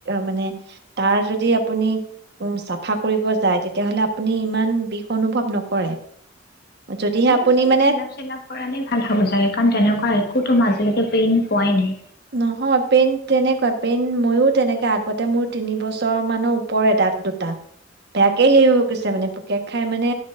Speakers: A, on the right; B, on the left.
A: মানে তাৰ যদি আপুনি উম চাফা কৰিব যায় তেতিয়াহলে আপুনি ইমান বিষ অনুভৱ নকৰে যদিহে
B: মোৰতো
A: আপুনি
B: চাগে
A: মানে
B: ফিলাপ চিলাপ কৰালে ভাল হব চাগে কাৰণ তেনেকুৱা একোতো মই আজিলৈকে পেইনট পোৱাই নাই
A: নহয় পেইনট তেনেকুৱা পেইণ্ট ময়ো তেনেককাে আগতে মোৰ তিনি বছৰ মানৰ ওপৰে দাত দুটা বেয়াকে সেইৰি হৈ গৈছে মানে পোক পোকে খাই মানে